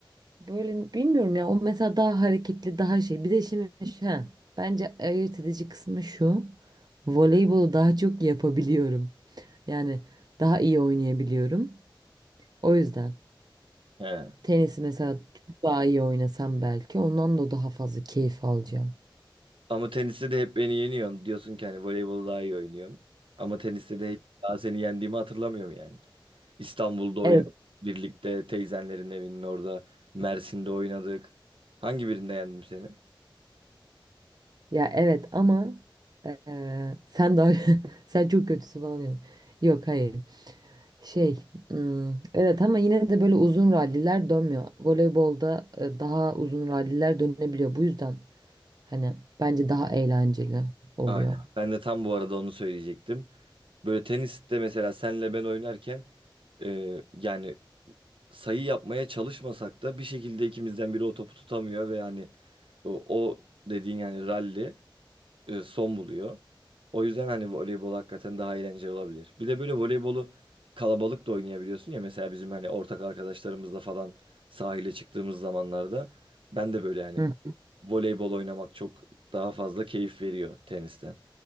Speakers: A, on the right; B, on the right.
A: Böyle bilmiyorum ya o mesela daha hareketli daha şey. Bir de şimdi ha bence ayırt edici kısmı şu. Voleybolu daha çok yapabiliyorum. Yani daha iyi oynayabiliyorum. O yüzden
B: He.
A: tenisi mesela çok daha iyi oynasam belki ondan da daha fazla keyif alacağım.
B: Ama teniste de hep beni yeniyorsun. Diyorsun ki hani voleybolu daha iyi oynuyorum. Ama teniste de hiç daha seni yendiğimi hatırlamıyorum yani. İstanbul'da oynadık.
A: Evet.
B: Birlikte teyzenlerin evinin orada. Mersin'de oynadık. Hangi birinde yendim seni?
A: Ya evet ama eee, sen daha <laughs> sen çok kötüsü bana diyor. Yok hayır. Şey, ım, evet ama yine de böyle uzun ralliler dönmüyor. Voleybolda e, daha uzun ralliler dönebiliyor. Bu yüzden hani bence daha eğlenceli oluyor.
B: Aynen. Ben de tam bu arada onu söyleyecektim. Böyle teniste mesela senle ben oynarken e, yani sayı yapmaya çalışmasak da bir şekilde ikimizden biri o topu tutamıyor ve yani o, o dediğin yani ralli e, son buluyor. O yüzden hani voleybol hakikaten daha eğlenceli olabilir. Bir de böyle voleybolu kalabalık da oynayabiliyorsun ya mesela bizim hani ortak arkadaşlarımızla falan sahile çıktığımız zamanlarda ben de böyle hani
A: Hı.
B: voleybol oynamak çok daha fazla keyif veriyor tenisten.